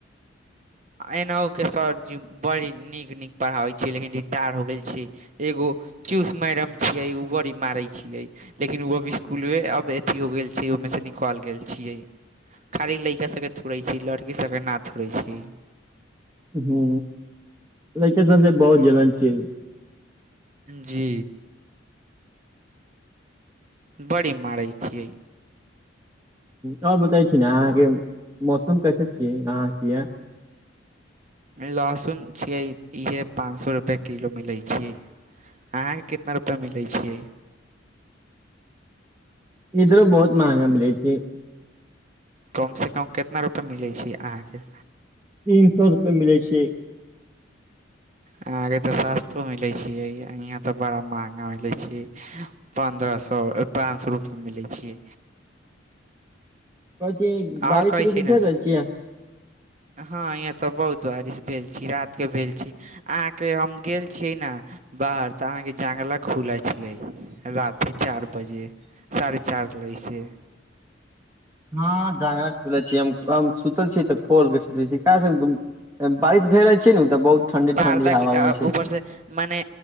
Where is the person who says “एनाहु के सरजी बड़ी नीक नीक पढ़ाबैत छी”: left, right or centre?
Right